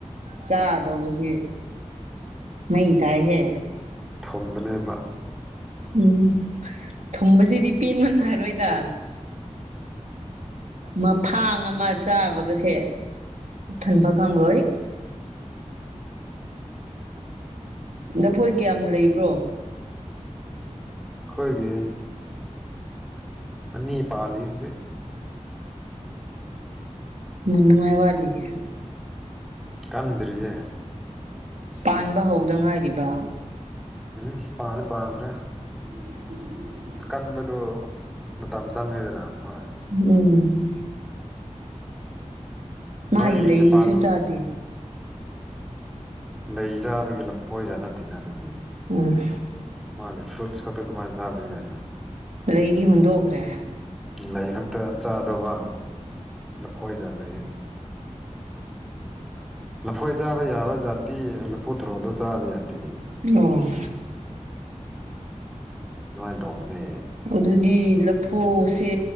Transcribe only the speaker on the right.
ꯆꯥꯗꯧꯕꯁꯤ ꯃꯩ ꯇꯥꯏꯍꯦ
ꯎꯝ ꯊꯨꯝꯕꯁꯤꯗꯤ ꯄꯦꯟꯕ ꯅꯥꯏꯔꯣꯏꯗ ꯃꯐꯥꯡ ꯑꯃ ꯆꯥꯕꯒꯁꯦ ꯄꯨꯛ ꯊꯟꯕ ꯈꯪꯂꯣꯏ ꯂꯐꯣꯏ ꯀꯌꯥꯝ ꯂꯩꯕ꯭ꯔꯣ
ꯌꯥꯝ ꯅꯨꯡꯉꯥꯏ ꯋꯥꯅꯤꯅꯦ
ꯄꯥꯟꯕ ꯍꯧꯗ ꯉꯥꯏꯔꯤꯕ
<inaudible>
ꯎꯝ ꯃꯥꯒꯤ
ꯂꯩꯁꯨ
ꯆꯥꯗꯦ
ꯎꯝ
ꯂꯩꯗꯤ ꯍꯨꯟꯗꯣꯛꯈ꯭ꯔꯦ
ꯅꯣꯍ
ꯑꯗꯨꯗꯤ ꯂꯐꯨꯁꯦ